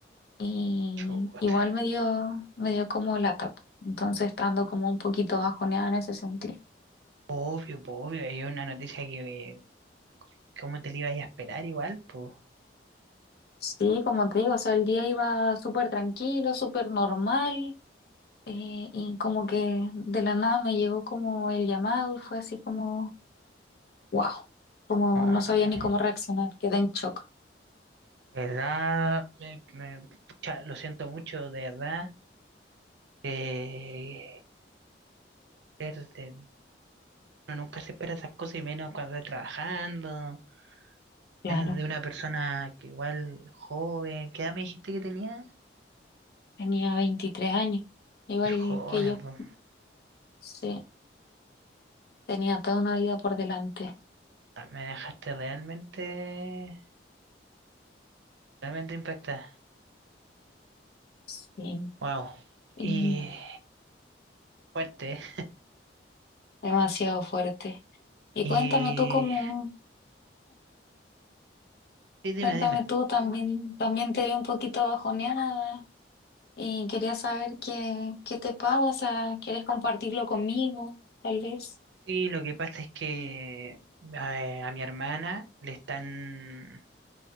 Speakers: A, on the left; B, on the right.
A: Y
B: Chuta.
A: igual me dio, me dio como lata. Entonces estando como un poquito bajoneada en ese sentido.
B: Obvio, po, obvio, es una noticia que, eh, ¿cómo te la ibas a esperar igual, pues?
A: Sí, como te digo, o sea, el día iba súper tranquilo, súper normal. eh, y como que de la nada me llegó como el llamado y fue así como, wow, como
B: No,
A: no sabía ni cómo reaccionar, quedé en shock.
B: ¿verdad? Me- me- pucha, lo siento mucho, de verdad. Eh, er, de- uno nunca se espera esas cosas y menos cuando está trabajando,
A: Claro,
B: menos de una persona que igual joven. ¿Qué edad me dijiste que tenía?
A: tenía 23 años, igual
B: Ser joven,
A: que yo.
B: po.
A: Sí, tenía toda una vida por delante.
B: Ah, Me dejaste realmente, realmente impactada.
A: Sí,
B: Wow.
A: y
B: Y fuerte. ¿eh?
A: demasiado fuerte. Y
B: Y
A: cuéntame tú cómo,
B: sí, dime,
A: Cuéntame
B: dime.
A: tú, también, también te vi un poquito bajoneada y quería saber qué, qué te pasa, ¿quieres compartirlo conmigo, tal vez?
B: Sí, lo que pasa es que a, a mi hermana le están